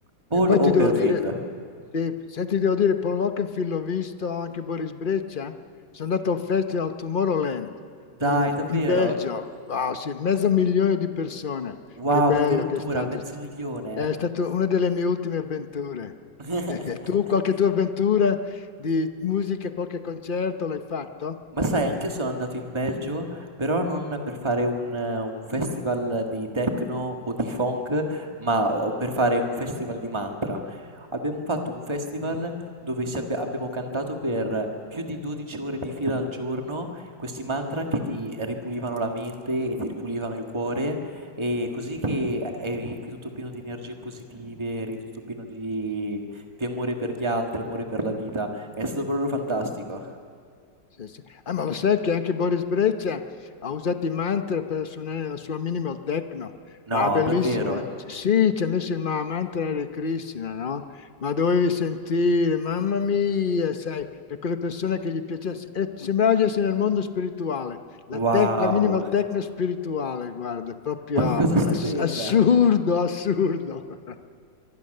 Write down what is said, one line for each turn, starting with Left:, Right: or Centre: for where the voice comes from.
Right: Paul
Left: E poi
Right: Oakenfold.
Left: ti devo dire, sì, se ti devo dire, Paul Oakenfield l'ho visto anche Boris Breccia. Sono andato al Festival Tomorrowland
Right: Dai,
Left: in,
Right: davvero?
Left: in Belgio. Wow, sì, mezzo milione di persone.
Right: Wow,
Left: Che bello
Right: addirittura
Left: che è stato.
Right: mezzo milione.
Left: È stata una delle mie ultime avventure.
Right: <laughs>
Left: <laughs> Tu, qualche tua avventura di musica, qualche concerto l'hai fatto?
Right: Ma sai, anch'io sono andato in Belgio, però non per fare un un festival di techno o di funk, ma o per fare un festival di mantra. Abbiamo fatto un festival dove si abbia- abbiamo cantato per più di 12 ore di fila al giorno questi mantra che ti ripulivano la mente e ti ripulivano il cuore, e così che eri più tutto pieno di energie positive, eri tutto pieno di, di amore per gli altri, amore per la vita. È stato proprio fantastico.
Left: Sì, sì. Ah, ma lo sai che anche Boris Breccia ha usato i mantra per suonare la sua minimal techno?
Right: No,
Left: Ma bellissimo.
Right: davvero?
Left: Sì, ci ha messo il ma- mantra Hare Krishna, no? Ma dovevi sentire, mamma mia, sai, per quelle persone che gli piacesse. Eh, sembrava di essere nel mondo spirituale, la,
Right: Wow,
Left: tec- la minimal techno spirituale, guarda, proprio
Right: ma che cosa stupenda!
Left: ass- assurdo, assurdo. <laughs>